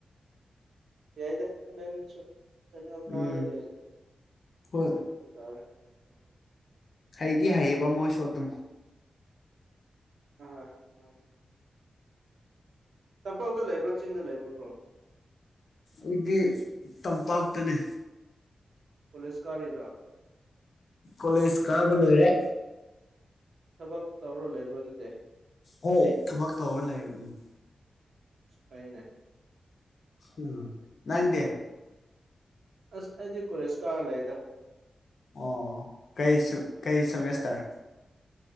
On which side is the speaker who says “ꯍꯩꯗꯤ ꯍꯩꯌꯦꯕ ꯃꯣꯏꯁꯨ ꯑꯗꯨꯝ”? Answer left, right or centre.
Left